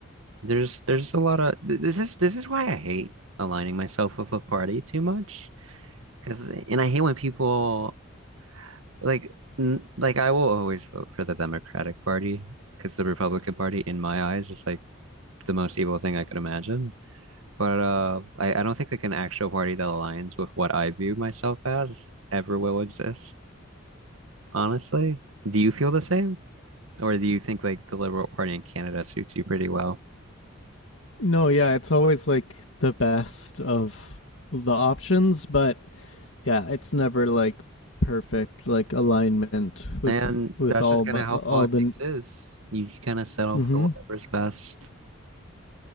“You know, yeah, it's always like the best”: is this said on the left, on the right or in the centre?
Left